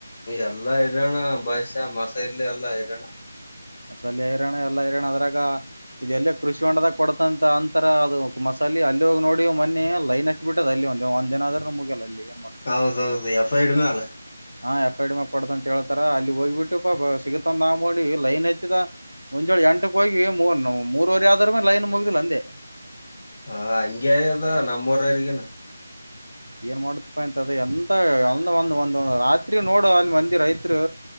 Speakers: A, on the left; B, on the right.
A: ಎಲ್ಲಾ ಹೈರಾಣ ಬಾಯಷ ಮಸಲಿ ಎಲ್ಲಾ ಹೈರಾಣ.
B: ಮಸಾಲೀ ಐರಣ ಎಲ್ಲ ಐರನಾ ಅದರಾಗ. ಇದೆಲ್ಲ ಕೃಷಿ ಒಂಡದಾಗ ಕೊಡತಂತ ಅಂತರ ಅದು ಮಸಾಲೆ ಅಲ್ಲಿ ಹೋಗಿ ನೋಡಿ ಮೊನ್ನೇ ಲೈನ್ ಹ ಅತ್ ಬಿಟ್ಟದ ಅಲ್ಲಿ ಒಂದ ದಿನ ಆದ್ರೂ ಮುಗ್ಯಾಲ ಅಲ್ಲಿ ಏನ್ ಮಾಡ-
A: ಹೌದೌದು ಎಫ್ ಐಡಿ ಮ್ಯಾಲ.
B: ಹಾ ಎಫ ಐ ಡಿ ಮ್ಯಾಲ ಕೊಡತ ಅಂತ ಹೇಳ್ತಾರ ಅಲ್ಲಿ ಹೋಗ್ಬಿಟ್ಟುಪಾ ಸಿಗತಂದನ ಮಾಡವಿ ಲೈನ್ ಅಚ್ಚಿ ಮುಂಜೋಳಿ ಎಂಟಕ್ ಹೋಗ್ವಿ ಮೂರ್ ಮೂರವರೆ ಆದ್ರನು ಲೈನ್ ಮುಗ್ದಿಲ್ಲ ಅಂದೆ.
A: ಹಾ ಹಂಗೆ ಆಗ್ಯದ ನಮ್ಮೂರಗಿನು.
B: ಏನ್ ಮಾಡತಿಪ್ಪ ಇಂತಾದ ಅದ ಎಂತ ಅಂದ ಒಂದ್ ಒಂದ ರಾತ್ರಿ ನೋಡು ಅಲ್ಲಿ ಮಂದಿ ರೈತ್ರು.